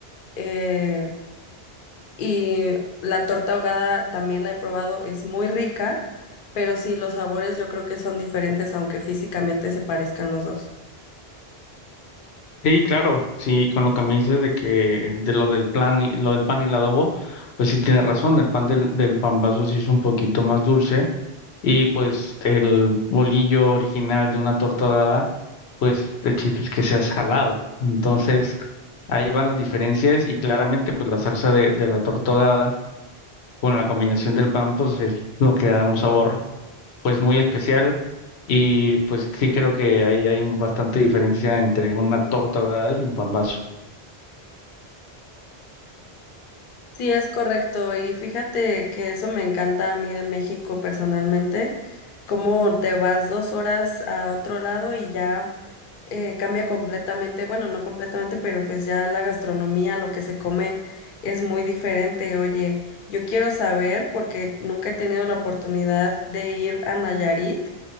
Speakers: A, on the left (about 60°); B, on the left (about 80°).
A: eh, Y la torta ahogada también la he probado, es muy rica, pero sí, los sabores yo creo que son diferentes, aunque físicamente se parezcan los dos.
B: sí, claro, sí, con lo que me dices de que de lo del plan y lo del pan y el adobo, pues sí tienes razón, el pan del, del vaso sí es un poquito más dulce y pues el bolillo original de una torta ahogada, el chiste es que sea salado. Entonces, ahí van las diferencias y claramente pues la salsa de, de la torta ahogada con la combinación del pan, pues es lo que da un sabor pues muy especial y pues sí creo que ahí hay bastante diferencia entre una torta ahogada y un pambazo.
A: Sí, es correcto. Y fíjate que eso me encanta a mí de México personalmente, cómo te vas dos horas a otro lado y ya eh, cambia completamente, bueno, no completamente, pero pues ya la gastronomía, lo que se come es muy diferente. Oye, yo quiero saber, porque nunca he tenido la oportunidad de ir a Nayarit.